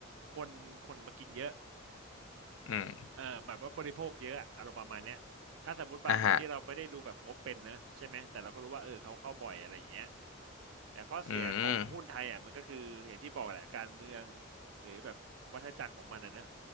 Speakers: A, on the right; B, on the left.
A: คนคนมากินเยอะ
B: อืม
A: เออแบบว่าบริโภคเยอะอะอารมณ์ประมาณเนี้ยถ้าสมมติบางคนที่เราไม่ได้ดูแบบงบเป็นนะใช่ไหมแต่เราก็รู้ว่าเออเขาเข้าบ่อยอะไรอย่างเงี้ย
B: อ่ะฮะ
A: แต่ข้อเสียของหุ้นไทยอ่ะมันก็คืออย่างที่บอกแหละการเมือง
B: อืม
A: หรือแบบวัฏจักรของมันนะเนอะ